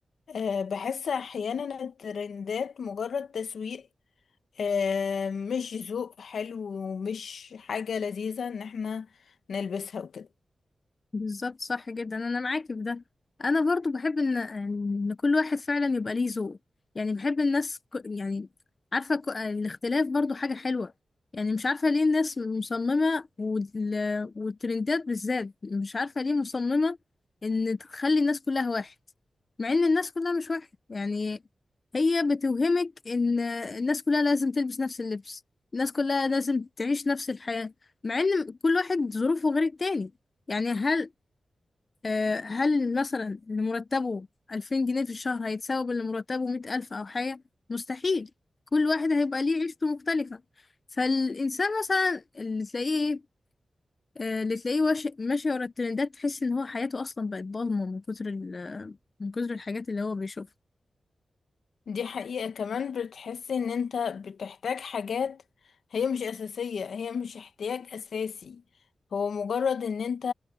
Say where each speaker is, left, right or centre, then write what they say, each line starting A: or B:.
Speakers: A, on the left; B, on the left.
A: أه بحس احيانا الترندات مجرد تسويق أه مش ذوق حلو ومش حاجة لذيذة ان احنا نلبسها وكده
B: بالظبط صح جدا انا معاكي في ده انا برضو بحب ان ان كل واحد فعلا يبقى ليه ذوق يعني بحب الناس ك... يعني عارفه ك... الاختلاف برضو حاجه حلوه يعني مش عارفه ليه الناس مصممه وال... والترندات بالذات مش عارفه ليه مصممه ان تخلي الناس كلها واحد مع ان الناس كلها مش واحد يعني هي بتوهمك ان الناس كلها لازم تلبس نفس اللبس الناس كلها لازم تعيش نفس الحياه مع ان كل واحد ظروفه غير التاني يعني هل آه، هل مثلا اللي مرتبه 2000 جنيه في الشهر هيتساوي باللي مرتبه 100000 أو حاجة؟ مستحيل كل واحد هيبقى ليه عيشته مختلفة فالإنسان مثلا اللي تلاقيه إيه، آه، اللي تلاقيه واش- ماشي ورا الترندات تحس إن هو حياته أصلا بقت ضلمة من كتر ال- من كتر الحاجات اللي هو بيشوفها
A: دي حقيقة كمان بتحسي ان انت بتحتاج حاجات هي مش اساسية هي مش احتياج اساسي هو مجرد ان انت